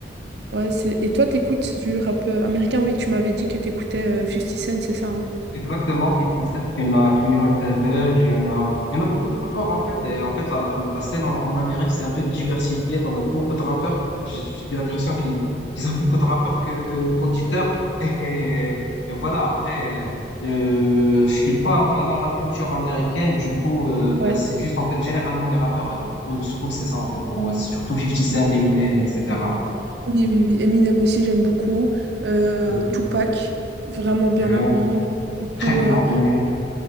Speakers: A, on the right; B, on the left.
A: ouais, c'est... Et toi, t'écoutes du rap euh, américain? Oui, tu m'avais dit que t'écoutais euh, 50 Cent, c'est ça, hein?
B: Exactement, 50 Cent, il y en a 21 Savage, il y en a, il y en a beaucoup de rappeurs en fait. Et en fait, la, la, la scène en, en Amérique, c'est un peu diversifiée. On a beaucoup de rappeurs. J'ai j'ai l'impression qu'ils qu'ils ont beaucoup de rappeurs que, que, qu'auditeurs. <laughs> Et, et voilà, après, euh, euh, je suis pas à fond dans la culture américaine. Du coup, euh, bah,
A: Ouais.
B: c'est juste en fait, généralement, les rappeurs euh, old school, c'est ça en fait pour moi. C'est surtout 50 Cent, Eminem, etc.
A: Oui, oui, oui. Eminem aussi, j'aime beaucoup. Euh,
B: Euh,
A: Tupac, vraiment bien
B: euh,
A: avant. J'aime Beaucoup,
B: très bien,
A: euh,
B: ouais,